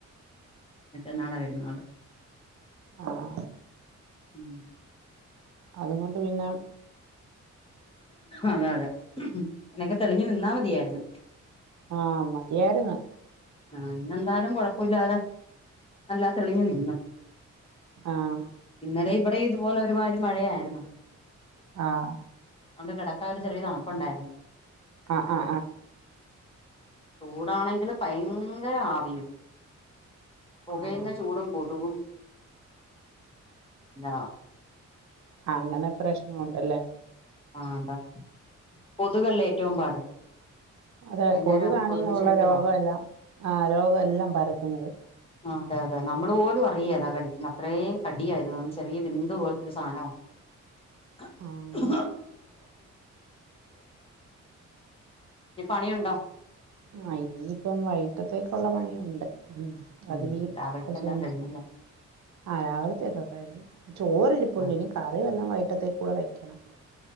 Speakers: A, on the left; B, on the right.
A: മറ്റന്നാളാ പെരുന്നാള്
B: ആഹ
A: ഉം
B: അതുകൊണ്ട് പിന്നെ
A: അതെ അതെ അങ്ങനൊക്കെ തെളിഞ്ഞു നിന്നാ മതിയായിരുന്നു
B: ആഹ മതിയായിരുന്നു
A: ആ ഇന്നെന്തായാലും കുഴപ്പമില്ലാതെ നല്ലാ തെളിഞ്ഞ നിന്നു
B: ആഹ
A: ഇന്നലെ ഇവിടെയും ഇതുപോലെ ഒരുമാതിരി മഴയായിരുന്നു
B: ആഹ്
A: അത് കൊണ്ട് കിടക്കാൻ ഒരു ചെറിയ തണുപ്പുണ്ടായിരുന്നു
B: ആ
A: ചൂടാണെങ്കില് ഭയങ്കര ആവിയും. പുകയുന്ന
B: ആഹ്
A: ചൂടും കൊതുകും എന്നാ
B: ആ അങ്ങനെ പ്രശ്നംണ്ട്ല്ലേ
A: ആ അതാ കൊതുകല്ലേ ഏറ്റവും പാട്
B: അതെ
A: വൈകുന്നേരം
B: കൊതുകാണീ
A: ആവുമ്പോ കൊതുക്
B: ഒള്ള
A: ശല്യവാ
B: രോഗെല്ലാം ആ രോഗെല്ലാം പരത്തുന്നത്
A: ആ അതെ അതെ നമ്മള് പോലും അറിയേലാ കടിക്കുന്ന അത്രേം കടിയായിരുന്നു ചെറിയ വിന്ത് പോലത്തെരു സാധനോ ആ
B: ആഹ്
A: <unintelligible> നി പണിയുണ്ടോ
B: ആ ഇനിയിപ്പം വൈട്ടത്തേക്കുള്ള പണിയുണ്ട്
A: ഉം
B: അതിനി
A: രാവിലത്തെല്ലാം
B: കുറച്ചുകയ്
A: കഴിഞ്ഞല്ലേ
B: ആ രാവുലത്തേക്കെ കഴിഞ്ഞു ചോറിരിപ്പണ്ട്നി
A: ആഹ്
B: കറിവെല്ലാം വൈട്ടത്തേക്കൂടെ വെക്കണം